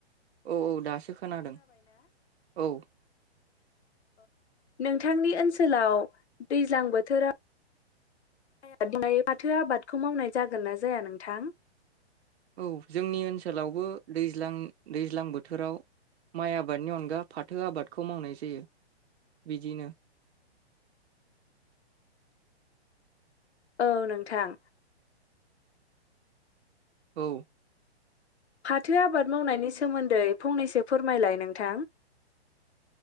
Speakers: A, on the right; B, on the left.
A: औ औ दास सो खोनादों औ
B: नोंथांनि ओनसोलाव दैज्लां बोथोराव <inaudible> फाथो आबादखौ मावनाय जागोन ना जाया नोंथां
A: औ जोंनि ओनसोलावबो दैज्लां दैज्लां बोथोराव माइ आबादनि अनगा फाथो आबादखौ मावनाय जायो बिदिनो
B: औ नोंथां
A: औ
B: फाथो आबाद मावनायनि सोमोन्दै फंनैसो फोरमायलाय नोंथां